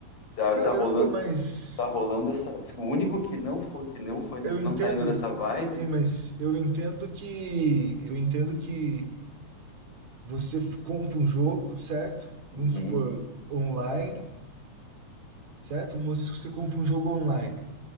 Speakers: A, on the left; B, on the right.
A: Tá,
B: caramba,
A: tá rolando,
B: mas
A: tá rolando essa. O único que não foi, que não foi, nessa,
B: eu entendo.
A: não tá indo nessa vibe.
B: Ei, mas eu entendo que. Eu entendo que. Você f- compra um jogo, certo?
A: Uhum,
B: Vamos supor, online, certo? Mas Você compra um jogo online.